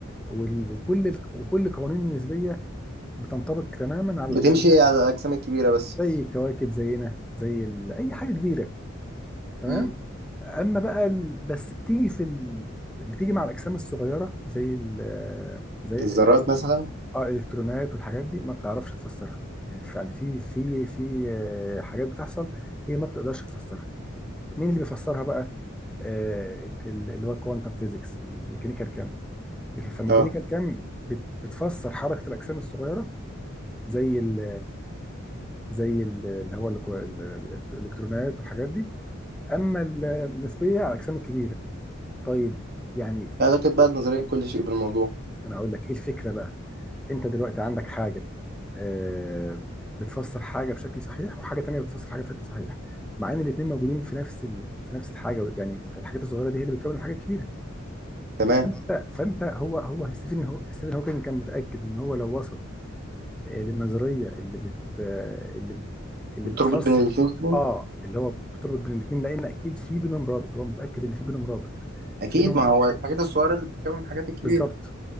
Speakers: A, in the centre; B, on the right.
A: وال- وكل ال- وكل القوانين النسبيه بتنطبق تماما على
B: بتمشي
A: الاجسام
B: على الأجسام الكبيرة بس
A: زي الكواكب زينا زي ال- اي حاجه كبيره تمام
B: مم.
A: اما بقى ال... بس بتيجي في ال... بتيجي مع الاجسام الصغيره زي ال... زي
B: الذرات
A: الإلك...
B: مثلا
A: اه الالكترونات والحاجات دي ما بتعرفش تفسرها يعني في يعني في في في آه، حاجات بتحصل هي ما بتقدرش تفسرها مين اللي بيفسرها بقى آه، ال- اللي هو الكوانتم فيزيكس الميكانيكال كام فالميكانيكال
B: اه
A: كام بت- بتفسر حركه الاجسام الصغيره زي ال زي ال- اللي هو الكو- ال- ال- الالكترونات والحاجات دي اما ال- النسبيه على الاجسام الكبيره طيب يعني
B: أعتقد بقى نظرية كل شيء بالموضوع
A: انا اقول لك ايه الفكره بقى انت دلوقتي عندك حاجه آه، بتفسر حاجه بشكل صحيح وحاجه تانية بتفسر حاجه بشكل صحيح مع ان الاثنين موجودين في نفس ال... في نفس الحاجه يعني الحاجات الصغيره دي هي اللي بتكون الحاجه الكبيره
B: تمام
A: فانت فانت هو هو ستيفن هو ستيفن هوكينج كان متاكد ان هو لو وصل آه، للنظريه اللي بت آه، اللي بت اللي
B: بتربط
A: بتفسر
B: بين الاتنين
A: اه اللي هو بتربط بين الاثنين لان اكيد في بينهم رابط هو متاكد ان في بينهم رابط
B: أكيد
A: في بينهم
B: ما هو الحاجات الصغيرة اللي بتكون الحاجات الكبيرة
A: بالظبط